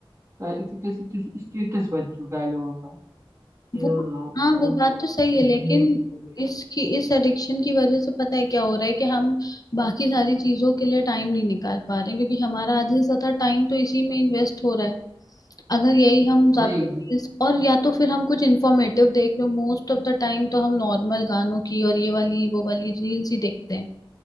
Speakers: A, on the right (about 35°); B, on the left (about 40°).
A: अ, एक तरीके से किसी स्टेटस बन चुका है लोगों का कि
B: वो
A: हाँ
B: हाँ
A: फोन
B: वो बात
A: तो
B: तो सही
A: नेसेसरी
B: है लेकिन
A: चीज हो गई है
B: इसकी इस एडिक्शन की वजह से पता है क्या हो रहा है कि हम बाकी सारी चीजों के लिए टाइम नहीं निकाल पा रहे हैं क्योंकि हमारा आधे से ज्यादा टाइम तो इसी में इन्वेस्ट हो रहा है अगर यही हम ज्यादा
A: वही
B: इस- और या तो फिर हम कुछ इंफॉर्मेटिव देख रहे हो मोस्ट ऑफ द टाइम तो हम नॉर्मल गानों की और ये वाली वो वाली रील्स ही देखते हैं